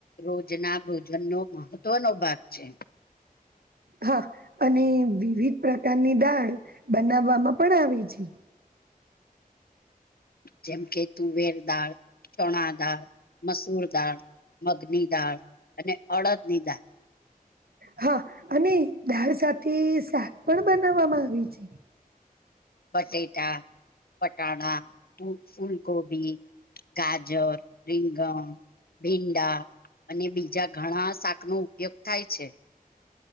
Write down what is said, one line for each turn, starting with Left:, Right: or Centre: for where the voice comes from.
Left: રોજ ના ભોજનનો મહત્વનો ભાગ છે
Right: હા અને વિવિધ પ્રકારની દાળ બનાવવામાં પણ આવે છે
Left: જેમ કે તુવેર દાળ ચણા દાળ મસૂર દાળ મગની દાળ અને અડદની દાળ
Right: હા અને દાળ સાથે શાક પણ બનાવવામાં આવે છે
Left: બટેટા પટાણા ફૂલ ગભી ગાજર રિંગણ ભીંડા અને બીજા ઘણા શાક નો ઉપયોગ થાય છે